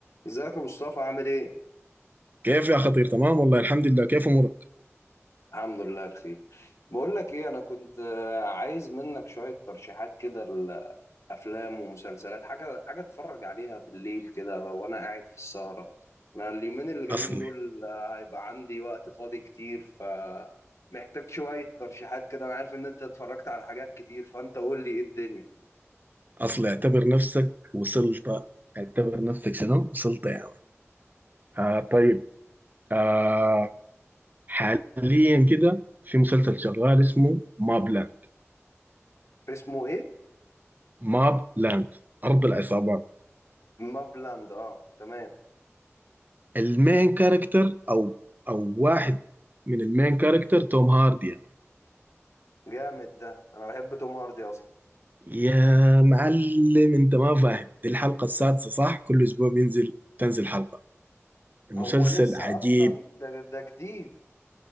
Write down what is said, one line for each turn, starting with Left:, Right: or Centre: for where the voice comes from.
Left: ازيك يا مصطفى عامل ايه؟
Right: كيف يا خطير تمام والله الحمد لله كيف امورك
Left: الحمد لله بخير بقول لك ايه انا كنت آه، عايز منك شوية ترشيحات كده لافلام ومسلسلات حاجة حاجة اتفرج عليها بالليل كده وانا قاعد في السهرة انا اليومين اللي جايين
Right: اصلي
Left: دول آه، هيبقى عندي وقت فاضي كتير ف محتاج شوية ترشيحات كده انا عارف ان انت اتفرجت على حاجات كتير فانت قول لي ايه الدنيا
Right: اصلي اعتبر نفسك وصلت اعتبر نفسك شنو وصلت يا يعني. آه طيب آه حاليا كده في مسلسل شغال اسمه ماب لاند
Left: اسمه ايه؟
Right: ماب لاند ارض العصابات
Left: مابلاند اه تمام
Right: المين كاركتر او او واحد من المين كاركتر توم هاردي يا يعني.
Left: جامد ده انا بحب توم هاردي اصلا
Right: يا معلم انت ما فاهم دي الحلقة السادسة صح كل اسبوع بينزل تنزل حلقة المسلسل
Left: هو لسه
Right: عجيب
Left: اصلا ده ده جديد